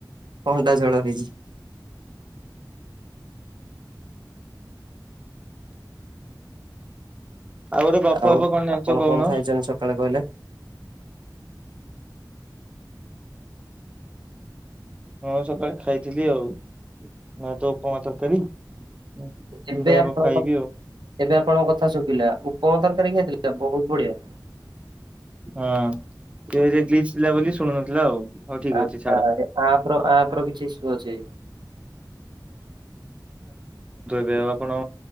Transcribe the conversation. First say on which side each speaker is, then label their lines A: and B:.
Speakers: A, on the right (about 75°); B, on the right (about 15°).
A: ଅଣ୍ଡା ଝୋଳ ହେଇଚି।
B: ଆଉ ଗୋଟେ ଗପ ଗପ
A: ଆଉ
B: କଣ ଜାଣିଛ
A: ଆପଣ
B: କହୁନ
A: କଣ ଖାଇଚନ୍ତି ସକାଳେ କହିଲେ।
B: ହଁ ସକାଳେ ଖାଇଥିଲି ଆଉ। ମୁଁ ତ ଉପମା ତରକାରୀ ଉଂ
A: ଏବେ
B: ଫେରେ
A: ଆପଣଙ୍କ
B: କଣଁ ଖାଇବି ଆଉ।
A: ଏବେ ଆପଣଙ୍କ କଥା ଶୁଖିଲା ଉପମ ତରକାରୀ ଖଇଥିଲେ ବହୁତ ବଢିଆ।
B: ହଁ ଗ୍ଲିଚ ଥିଲା ବୋଲି ଶୁଣୁନଥିଲା ଆଉ। ହଉ ଠିକ
A: ଆ
B: ଅଛି ଛାଡ
A: ଆ-ଆ-ଆ -ଆପ ର ଆପ ର କିଛି ସୁବୁଚି।
B: ବେ ଆଉ ଆପଣ